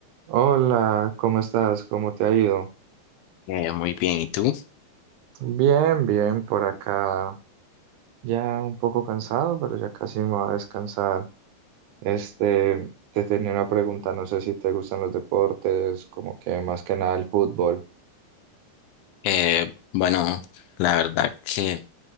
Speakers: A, on the right; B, on the left.
A: Hola, ¿cómo estás? ¿Cómo te ha ido?
B: Eh, muy bien, ¿y tú?
A: Bien, bien, por acá. Ya un poco cansado, pero ya casi me voy a descansar. Este, te tenía una pregunta, no sé si te gustan los deportes, como que más que nada el fútbol.
B: Eh, bueno, la verdad que